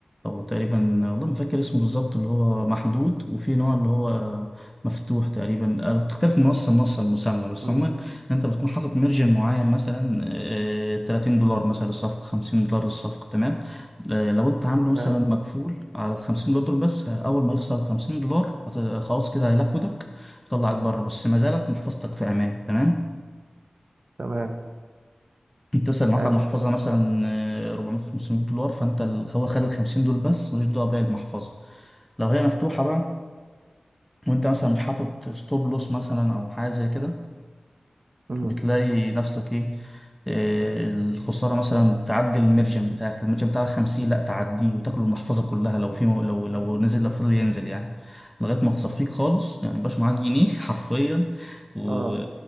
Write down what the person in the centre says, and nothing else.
او تقريبا والله ما فاكر اسمه بالظبط اللي هو محدود وفي نوع اللي هو مفتوح تقريبا آه، بتختلف من منصه لمنصه المسمى بس
عموما انت بتكون حاطط مارجن معين مثلا آه، 30 دولار مثلا الصفقه 50 دولار الصفقه تمام آه، لو انت عامله مثلا
مكفول على ال 50 دولار بس اول ما يخسر ال 50 دولار هت- خلاص كده هيلاكودك ويطلعك بره بس ما زالت محفظتك في امان تمام
بتوصل معاك
على
المحفظة مثلا آه، 400 500 دولار فانت ال- هو خد ال 50 دول بس ملوش دعوة باقي المحفظة لو هي مفتوحة بقى وانت مثلا مش حاطط ستوب لوس مثلا او حاجة زي كده
بتلاقي نفسك ايه آه، الخسارة مثلا بتعدي المرجم بتاعك المرجم بتاعك 50 لا تعديه وتاكل المحفظة كلها لو في مو لو لو نزل لو فضل ينزل يعني لغاية ما تصفيك خالص يعني مبقاش معاك جنيه <laughs> حرفيا و...